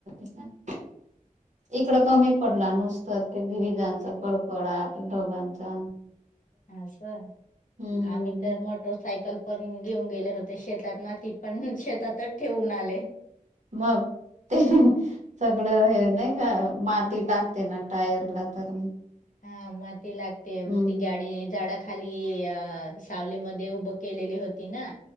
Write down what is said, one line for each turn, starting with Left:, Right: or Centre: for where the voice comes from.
Right: <inaudible> इकडं कमी पडला नुसत ते विजांचा कडकडा ढोघांचा
Left: अस आम्ही
Right: हम्म
Left: तर मोटर सायकल पण घेऊन गे होते शेतात ना पण शेतातच ठेवून आले.
Right: मग ते सगळं हे नाही का माती लागते ना टायरला तर
Left: हा माती लागते
Right: हम्म
Left: ती गाडी झाडा खाली अ सावलीमध्ये उभं केलेली होती ना